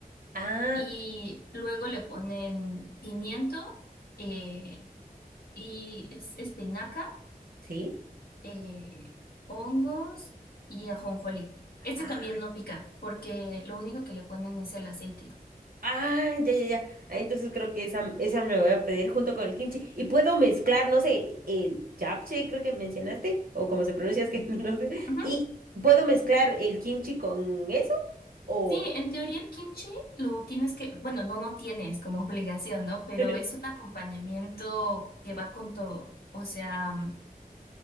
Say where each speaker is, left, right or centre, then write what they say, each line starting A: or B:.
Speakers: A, on the right (about 70°); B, on the left (about 85°).
A: ah,
B: y luego le ponen pimiento eh, y es- espinaca,
A: sí.
B: eh, hongos y ajonjolí. Este
A: Ah,
B: también no pica porque lo único que le ponen es el aceite.
A: ah, ya, ya, ya. Ah, Entonces creo que esa, esa me voy a pedir junto con el kimchi y puedo mezclar, no sé, el japchae creo que mencionaste o como se pronuncia es que <laughs> no sé.
B: Ujú.
A: Y puedo mezclar el kimchi con eso o
B: Sí, en teoría el kimchi lo tienes que, bueno, no, no tienes como <laughs> obligación, ¿no? Pero
A: <laughs>
B: es un acompañamiento que va con todo. O sea,